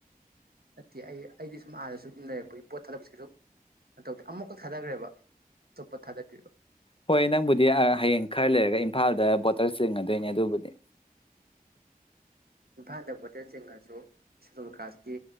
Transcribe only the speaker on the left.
ꯍꯣꯏ ꯅꯪꯕꯨꯗꯤ ꯍꯌꯦꯡ ꯈꯔ ꯂꯩꯔꯒ ꯏꯝꯐꯥꯜꯗ ꯕꯣꯇꯔ ꯆꯤꯡꯉꯗꯣꯏꯅꯦ ꯑꯗꯨꯕꯨꯗꯤ